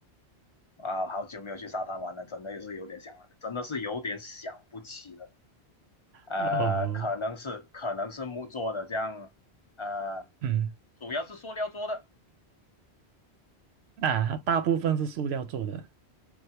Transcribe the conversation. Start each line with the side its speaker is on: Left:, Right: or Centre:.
Left: 啊，好久没有去沙滩玩了，真的也是有点想了，真的是有点想不起了，呃，
Right: 哦，
Left: 可能是可能是木做的这样，呃，
Right: 嗯，
Left: 主要是塑料做的，
Right: 啊，大部分是塑料做的，